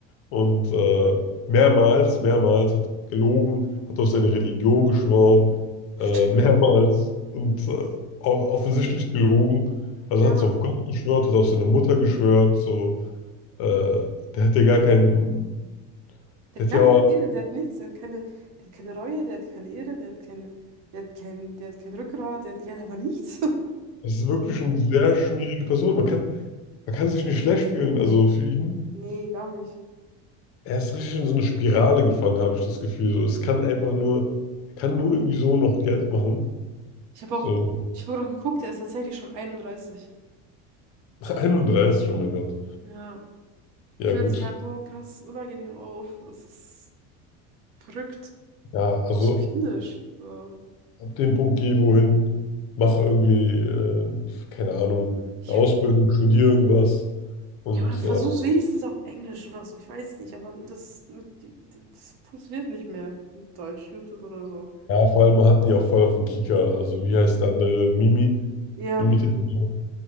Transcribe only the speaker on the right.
stimmt.
Ja.
Der
hat
gar
keine Seele, der hat nichts, der hat keine, der hat keine Reue, der hat keine Ehre, der hat keine, der hat kein, der hat kein Rückgrat, der hat, der hat aber nichts. <laughs>
So.
Nee, gar nicht.
Ja.
Ich habe
auch, ich habe auch geguckt, er ist tatsächlich schon 31.
Ja, er
fühlt
sich halt so krass unangenehm auf. Es ist verrückt.
Auch so kindisch. So.
Ja,
ja, oder versuch's
wenigstens auf Englisch oder so. Ich weiß nicht, aber das, mit, die- das funktioniert nicht mehr mit Deutsch, YouTube oder so.
Ja,
Mimi.